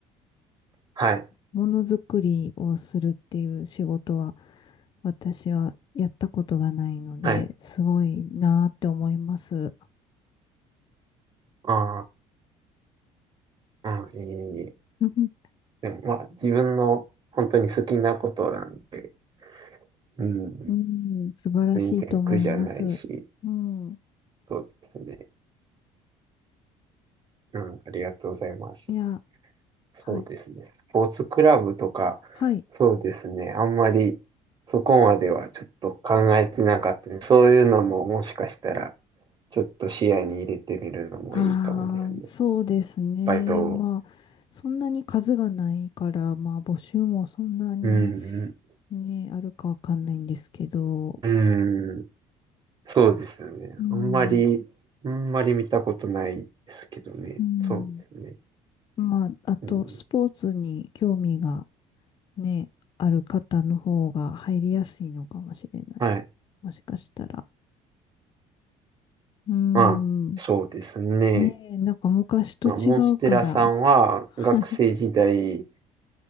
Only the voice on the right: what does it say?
はい。
はい。
ああ、うん、いいいい。
でも、まあ、自分の本当に好きなことなんで、うん、
全然苦じゃないし、
そうですね。うん、ありがとうございます。
そうですね。
スポーツクラブとか、
そうですね。あんまりそこまではちょっと考えてなかったね。そういうのももしかしたら、ちょっと視野に入れてみるのもいいかもですね。
バイトを。
うん、
うん、うん、そうですよね。
あんまり、あんまり見たことないですけどね。
そうですね。
うん、
はい。
まあ、そうですね。
まあ、モンステラさんは学生時代、